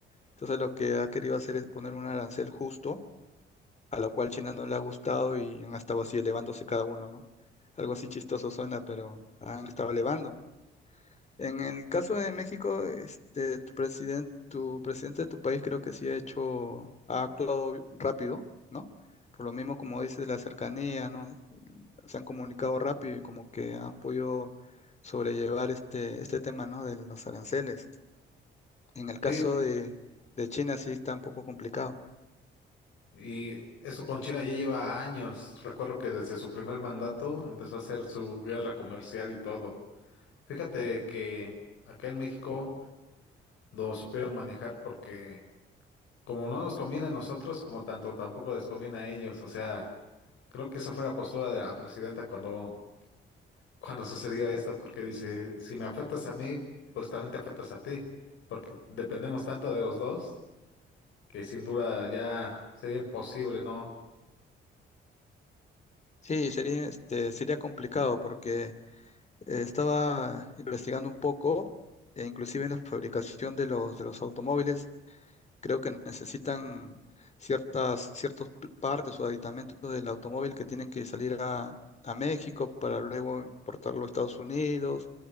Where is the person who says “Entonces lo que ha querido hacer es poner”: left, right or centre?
Left